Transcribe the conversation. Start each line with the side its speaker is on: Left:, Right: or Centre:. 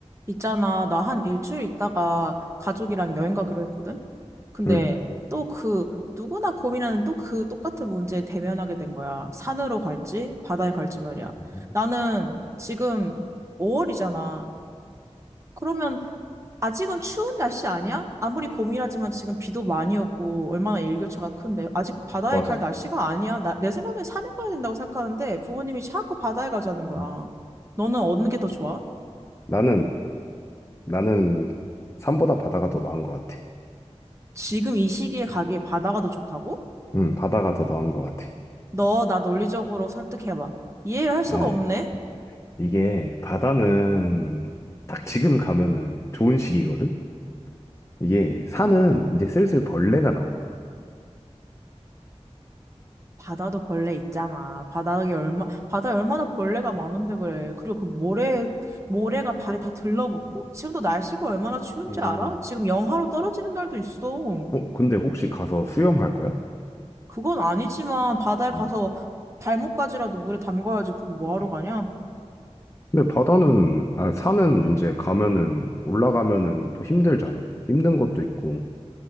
Right: 있잖아, 나 한 일주일 있다가 가족이랑 여행 가기로 했거든? 근데
Left: 음,
Right: 또 그, 누구나 고민하는 또 그 똑같은 문제에 대면하게 된 거야. 산으로 갈지, 바다에 갈지 말이야.
Left: 음.
Right: 나는 지금 5월이잖아. 그러면 아직은 추운 날씨 아니야? 아무리 봄이라지만 지금 비도 많이 오고 얼마나 일교차가 큰데 아직 바다에
Left: 맞아.
Right: 갈 날씨가 아니야. 나, 내 생각엔 산에 가야 된다고 생각하는데 부모님이 자꾸 바다에 가자는 거야.
Left: 음,
Right: 너는 어느 게 더 좋아?
Left: 나는, 나는 산보다 바다가 더 나은 것 같아.
Right: 지금 이 시기에 가기에 바다가 더 좋다고?
Left: 음, 바다가 더 나은 것 같아.
Right: 너 나 논리적으로 설득해봐. 이해를 할 수가
Left: 아,
Right: 없네?
Left: 예. 이게 바다는 딱 지금 가면은 좋은 시기거든? 이게 산은 이제 슬슬 벌레가 나와.
Right: 바다도 벌레 있잖아. 바닥에 얼마, 바다에 얼마나 벌레가 많은데 그래. 그리고 그 모래, 모래가 발에 다 들러붙고. 지금도 날씨가 얼마나 추운지
Left: 음,
Right: 알아? 지금 영하로 떨어지는 날도 있어.
Left: 어, 근데 혹시 가서 수영할 거야?
Right: 그건 아니지만 바다에 가서
Left: 음,
Right: 발목까지라도 물에 담가야지. 그럼 뭐하러
Left: 아.
Right: 가냐?
Left: 근데 바다는, 아, 산은 이제 가면은, 올라가면은 또 힘들잖아. 힘든 것도 있고,